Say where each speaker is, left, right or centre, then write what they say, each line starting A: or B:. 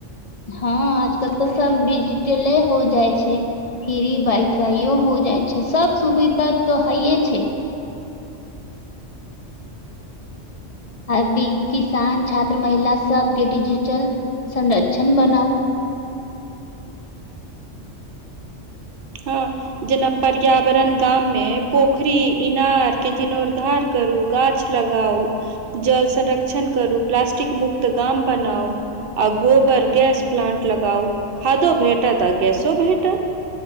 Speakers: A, on the left; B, on the right.
A: हँ आजकल तऽ सब डिजिटले हो जाइ छै फ्री वाइफाइयो हो जाय छै सब सुविधा तो हेय छै अभी किसान छात्र महिला सबके डिजिटल संरक्षण बनाउ
B: हँ जेना पर्यावरण गाम मे पोखरी इनार के जीर्णोर्द्धार करू गाछ लगाउ। जल संरक्षण करू प्लास्टिक मुक्त गाम बनाउ आ गोबर गैस प्लांट लगाउ खादो भेटत आ गैसो भेटत